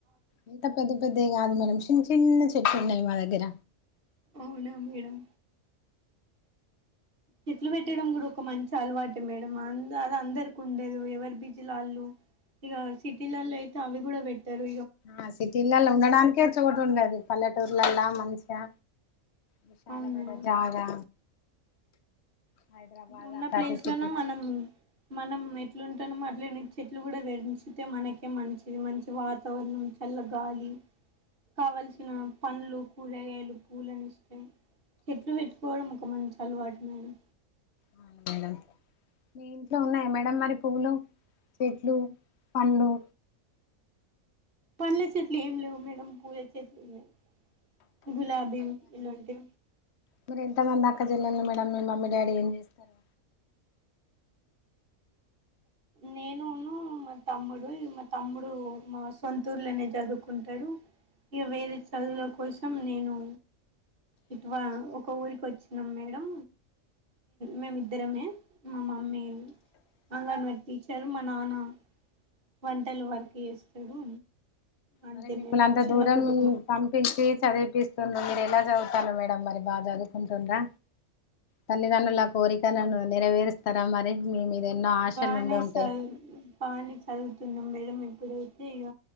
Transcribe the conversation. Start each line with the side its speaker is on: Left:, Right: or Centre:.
Left: అంత పెద్ద పెద్దయి కాదు మేడం చిన్న చిన్న చెట్లున్నాయ్ మా దగ్గర
Right: అవునా మేడం చెట్లు పెట్టడం గూడ ఒక మంచి అలవాటే మేడం అ అదందరికుండదు ఎవరి బీజీ ల వాళ్ళు ఇగ సిటీలల్లో అయితే అవి కూడా పెట్టరు
Left: ఆ సిటీలల్లో ఉండడానికే చోటుండదు పల్లెటూర్లలా మంచా విశాలమైన
Right: అవును మేడం
Left: జాగా హైదరాబాద్
Right: ఉన్న
Left: అట్లాంటి
Right: ప్లేస్ లోను
Left: సిటీ
Right: మనం మనం చెట్లు ఉంటాను అట్లేని చెట్లు కూడా పెరించితే మనకే మంచిది మంచి వాతావరణం చల్ల గాలి కావల్సిన పండ్లు కూరగాయలు పూలుని ఇస్తే చెట్లు పెట్టుకోవడం ఒక మంచి అలవాటు మేడం
Left: అవున మేడం మీ ఇంట్లో ఉన్నాయి మ డం మరి పూలు చెట్లు పండ్లు
Right: పండ్లు చేట్లు ఏం లేవు మేడం పూల చెట్లు ఉన్నాయి గులాబీ ఇలాంటిే
Left: మరి ఇంతమంది అక్కజల్లాల మేడంమ్ మీ మమ్మీ డాడీ ఏం చేస్తారు
Right: నేనును మా తమ్ముడు ఇ మా తమ్ముడు మా సొంతూర్లోనే చదువుకుంటాడు ఇక వేరే చదువుల కోసం నేను ఇటువ ఒక ఊరికి వచ్చినాం మేడం మేమిద్దరమే మా మమ్మీ అంగన్వాారి టీచర్ మా నాన్న వంటలు వర్క్ చేస్తాడు అంతే
Left: మరి మిమ్మల్
Right: మేడం
Left: అంత
Right: చిన్న
Left: దూరం
Right: కుటుంబం
Left: పంపించి చదివిపిస్తుండుంది ఎలా చదువుతాను మేడం మరి బాగా చదువుకుంటుందా తల్లితండ్రుల కోరికా నేరవేరుస్తారా మరి మీ ఎన్నో ఆశలు
Right: బానే
Left: ఉండి ఉంటాయి
Right: చదు బానే చదువుతున్నాం మేడం ఇప్పుడైతే ఇక